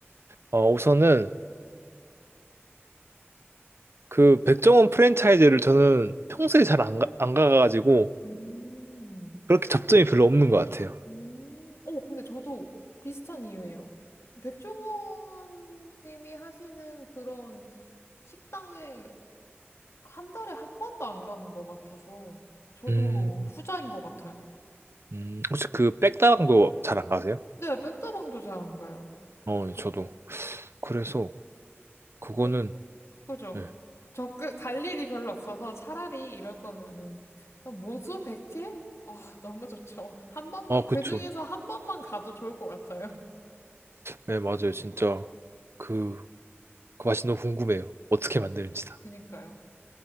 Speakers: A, on the right; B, on the left.
A: 어, 우선은 그 백종원 프랜차이즈를 저는 평소에 잘 안 가, 안 가가지고
B: 음.
A: 그렇게 접점이 별로 없는 것 같아요.
B: 음, 어, 근데 저도 비슷한 이유예요. 백종원 님이 하시는 그런 식당에 한 달에 한 번도 안 가는 것 같아서 저도
A: 음,
B: 후자인 것 같아요.
A: 음, 혹시 그 백다방도 잘 안 가세요?
B: 근데 백다방도 잘 안 가요.
A: 어, 저도. 그래서, 그거는,
B: 그, 그죠?
A: 네.
B: 저 그 갈 일이 별로 없어서 차라리 이럴 거면은 모수 백회 아, 너무 좋죠. 한 번만,
A: 아,
B: 그
A: 그쵸.
B: 중에서 한 번만 가도 좋을 것 같아요.
A: 네, 맞아요. 진짜, 그, 그 맛이 너무 궁금해요. 어떻게
B: <laughs>
A: 만드는지 다.
B: 그니까요.